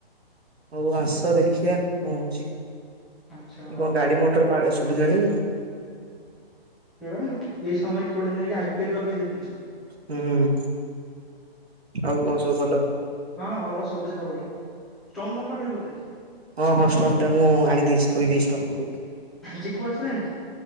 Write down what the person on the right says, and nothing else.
ହଉ ଆସ ଦେଖିବା କଆଁ ହେଉଛି
କଣ ଗାଡି
ମଟର। ପାରେ ଶୁଭିଲାଣି।
ହୁଁ ଆଉ କଆଁ ସବୁ ଭଲ।
ହଁ ହଁ ଷ୍ଟୋମ ଟା ମୁଁ ଆଣି ଦେଇଛି ଥୋଇ ଦେଇଛି ଷ୍ଟ କୁ